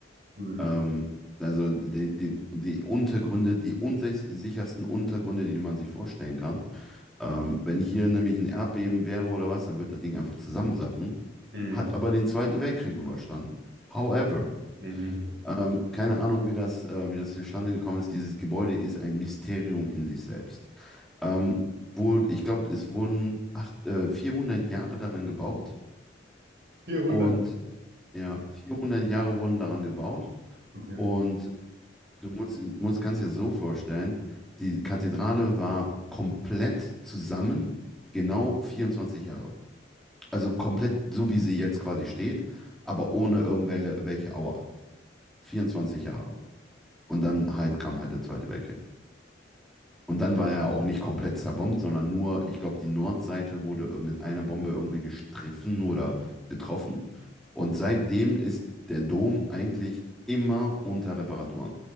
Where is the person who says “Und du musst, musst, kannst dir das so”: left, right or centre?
Centre